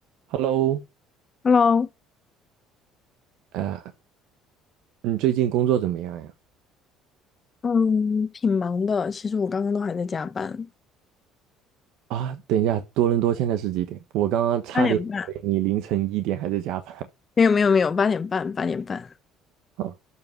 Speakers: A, on the right (about 75°); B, on the left (about 35°).
A: Hello，
B: Hello，
A: 啊、你最近工作怎么样呀？
B: 嗯，挺忙的。其实我刚刚都还在加班，
A: 啊，等一下，多伦多现在是几点？我刚刚差点以为你凌晨一点还在加班
B: 八点半，没有没有没有，八点半八点半。
A: <laughs> 啊，